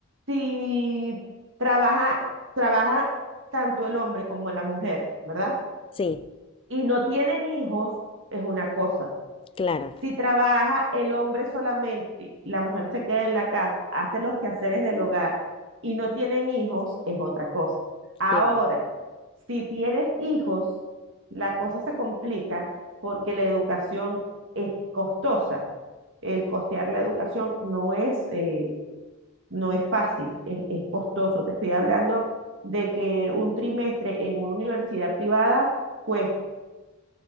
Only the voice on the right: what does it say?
si trabaja, trabaja tanto el hombre como la mujer, ¿verdad?
Y no tienen hijos, es una cosa.
Si trabaja el hombre solamente, la mujer se queda en la casa, hace los quehaceres del hogar y no tienen hijos, es otra cosa. Ahora,
si tienes hijos, la cosa se complica porque la educación es costosa. El costear la educación no es, eh, no es fácil, es, es costoso. Te estoy hablando de que un trimestre en una universidad privada cuesta